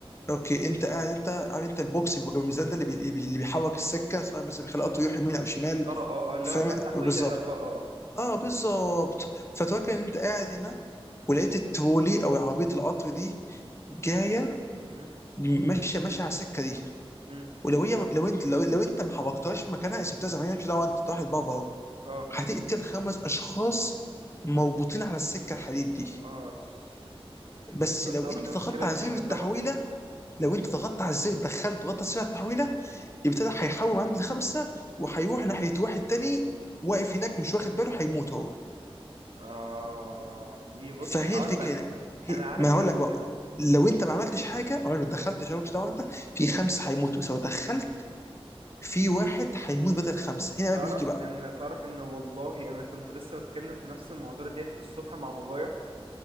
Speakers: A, on the left (about 25°); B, on the right (about 65°).
A: اوكي انت قاعد انت عارف انت البوكس اللي جنب الميزان ده اللي بي- اللي بيحرك السكه سواء بس بيخلي
B: امم
A: القطر يروح
B: امم.
A: يمين او شمال
B: اه اه اه اللي
A: فاهم
B: هو بتاع التحويله
A: بالظبط
B: ده اه اه اه
A: اه بالظبط فتفكر ان انت قاعد هنا ولقيت الترولي او عربيه القطر دي جايه
B: امم
A: ماشيه ماشيه على السكه دي
B: امم.
A: ولو هي لو انت لو, لو انت ما حركتهاش مكانها إيه، سبتها زي ما هي مش دعوه انت واحد بره اهو
B: اه
A: هتقتل خمس اشخاص مربوطين على السكه الحديد دي
B: اه ش-
A: بس
B: طبعا
A: لو انت
B: دي مشكله
A: ضغطت على
B: كبيره
A: زر التحويله
B: طبعا
A: لو انت ضغطت على الزر دخلت ضغطت على زر التحويله ابتدى هيحول عند الخمسه وهيروح ناحيه واحد تاني واقف هناك مش واخد باله هيموت هو
B: اه دي بص
A: فهي
B: هقول
A: الفكره
B: لك
A: هنا هي
B: انا عارف
A: ما هقول
B: ال
A: لك بقى لو انت ما عملتش حاجه او ما دخلتش مالكش دعوه انت في خمسه هيموتوا بس لو دخلت في واحد هيموت بدل خمسه هنا بقى
B: تعرف
A: بيجي بقى
B: ان تعرف ان والله انا كنت لسه بتكلم في نفس المواضيع ديت الصبح مع بابايا